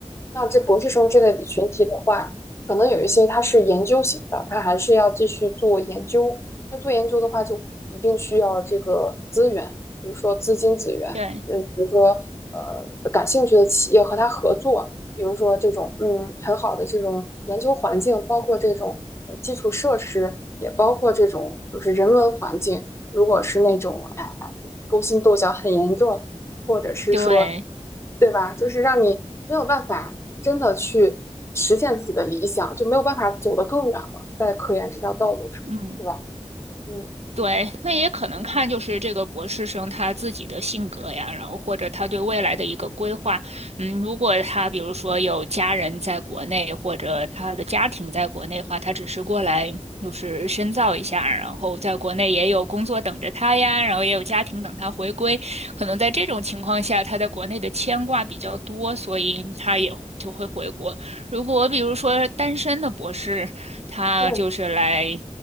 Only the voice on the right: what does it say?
对
对，
嗯。
对，那也可能看就是这个博士生他自己的性格呀，然后或者他对未来的一个规划。嗯，如果他比如说有家人在国内，或者他的家庭在国内的话，他只是过来就是深造一下，然后在国内也有工作等着他呀，然后也有家庭等他回归。可能在这种情况下，他在国内的牵挂比较多，所以他也就会回国。如果比如说单身的博士，他就是来。